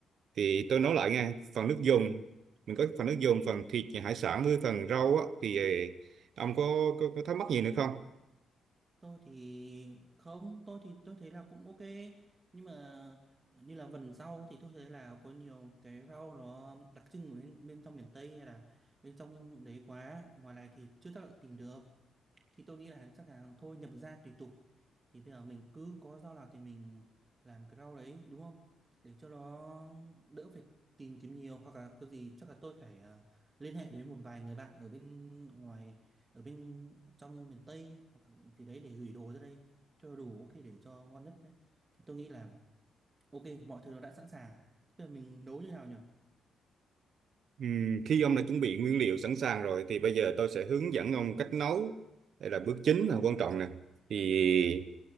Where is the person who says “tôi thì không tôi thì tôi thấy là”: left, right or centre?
Right